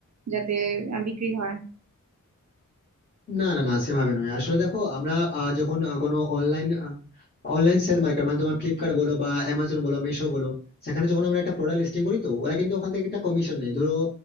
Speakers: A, on the right (about 60°); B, on the left (about 30°).
A: যাতে আহ, বিক্রি হয়
B: না না না সেভাবে নয় আসলে দেখো আমরা আহ, যখন আহ, কোনো অনলাইন অনলাইন সেল মার্কেট মানে তোমার ফ্লিপকার্ট বলো বা অ্যামাজন বলো মিশো বলো সেখানে যখন আমরা একটা প্রোডাক্ট লিস্টিং করি তো ওরা কিন্তু ওখান থেকে একটা কমিশন নেই ধরো